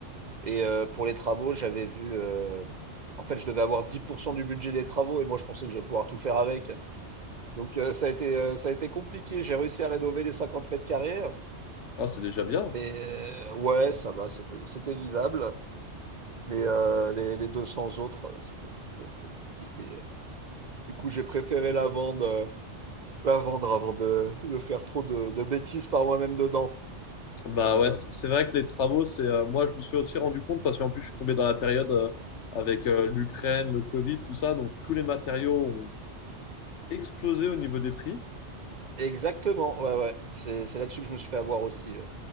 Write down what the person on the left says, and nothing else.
Ah, c'est déjà bien.
Bah
ouais, c'est c'est vrai que les travaux, c'est euh, moi, je me suis aussi rendu compte parce qu'en plus, je suis tombé dans la période euh, avec euh, l'Ukraine, le Covid, tout ça. Donc, tous les matériaux ont explosé au niveau des prix.